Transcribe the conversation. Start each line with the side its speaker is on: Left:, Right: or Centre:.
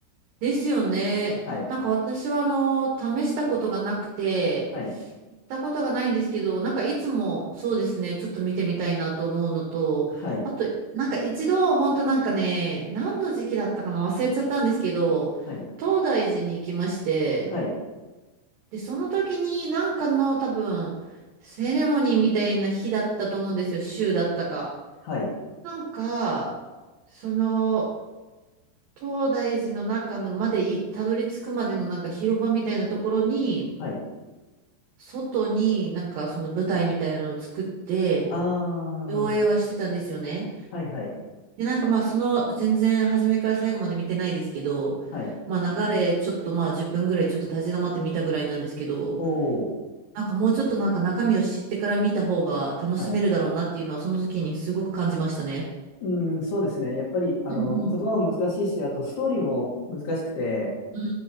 Right: ですよね。
Left: はい。
Right: なんか私はあの、試したことがなくて、
Left: はい。
Right: 行ったことがないんですけど、なんかいつもそうですね、ちょっと見てみたいなと思うのと、
Left: はい。
Right: あと、なんか一度、本当なんかね、何の時期だったかな忘れちゃったんですけど、
Left: はい。
Right: 東大寺に行きまして、
Left: はい。
Right: で、その時になんかの多分、セレモニーみたいな日だったと思うんですよ、週だったか。
Left: はい。
Right: なんか、その、東大寺の中のまでいたどり着くまでのなんか広場みたいなところに、
Left: はい。
Right: 外になんかその舞台みたいなのを作って、
Left: あー。
Right: 上映はしてたんですよね。
Left: はい。はい。
Right: で、なんかまあその全然初めから最後まで見てないですけど、
Left: はい。
Right: まあ流れちょっとまあ10分ぐらいちょっと立ち止まって見たぐらいなんですけど、
Left: おー。
Right: なんかもうちょっとなんか中身を知ってから見た方が楽しめるだろうなっていうのはその時にすごく感じましたね。
Left: はい。うん、そうですね。やっぱり、あの、
Right: うんうん。
Left: 言葉も難しいし、あと、ストーリーも難しくて、
Right: う